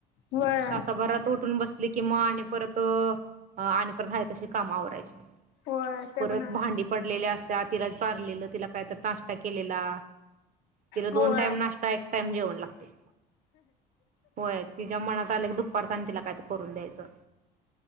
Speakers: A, on the left; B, on the right.
A: होय
B: तासाभरात उठून बसली की मग आणि परत आणि परत हाय तशी कामं आवरायची.
A: होय ते
B: परत
A: पण आहे
B: भांडी पडलेले अस त्या तिला चारलेलं, तिला काय तर नाश्ता केलेला. तिला
A: होय
B: दोन टाइम नाश्ता एक टाइम जेवण लागतंय. होय तिच्या मनात आलं की दुपारचं आणि तिला काय तर करून द्यायचं.